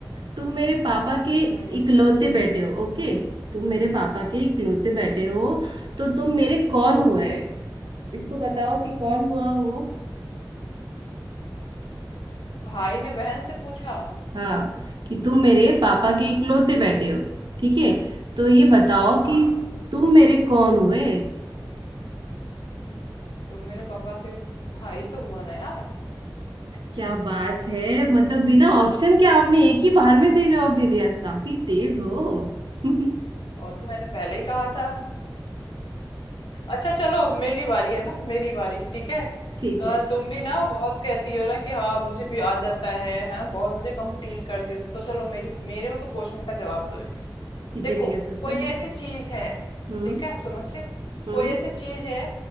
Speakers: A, on the right; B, on the left.
A: तुम मेरे पापा के
B: हम्म
A: इकलौते बेटे हो ओके तुम मेरे पापा के इकलौते बेटे हो तो तुम मेरे कौन हुए
B: ओके
A: इसको बताओ कि कौन हुआ वो
B: भाई ने बहन से पूछा
A: हाँ कि तुम मेरे पापा के इकलौते बेटे हो ठीक है तो ये बताओ
B: हाँ
A: कि तुम मेरे कौन हुए
B: तुम मेरे पापा के भाई तो हुआ ना यार
A: क्या बात है मतलब बिना ऑप्शन के आपने एक ही बार में सही जवाब दे दिया काफी तेज हो <laughs>
B: और तो मैंने पहले ही कहा था अच्छा चलो मेरी बारी है ना मेरी बारी ठीक है
A: ठीक
B: अ,
A: है
B: तुम भी ना बहुत कहती हो ना कि हाँ मुझे भी आ जाता है हैं बहुत मुझे कंप्लीट करती हो तो चलो मेरी मेरे में तो क्वेश्चन का जवाब दो एक।
A: ठीक
B: देखो
A: है ठीक है पूछो
B: कोई ऐसी चीज है
A: हम्म
B: ठीक है आप समझ रहे हो
A: हम्म
B: कोई ऐसी चीज है